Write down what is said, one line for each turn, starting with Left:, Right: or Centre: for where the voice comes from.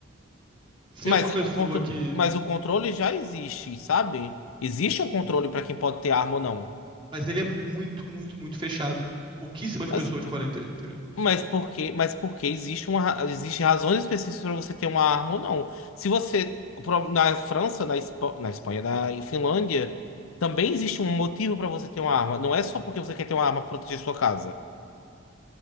Right: Ser
Left: Mas
Right: uma pessoa
Left: o contro...
Right: que.
Left: Mas o controle já existe, sabe? Existe um controle para quem pode ter arma ou não.
Right: Mas ele é muito, muito, muito fechado. Pouquíssimas
Left: Mas,
Right: pessoas podem ter, entendeu?
Left: mas por quê? Mas porque existe uma... ra- existe razões específicas para você ter uma arma ou não. Se você pro- na França, na, Espa- na Espanha, na Finlândia, também existe um motivo para você ter uma arma. Não é só porque você quer ter uma arma para proteger sua casa.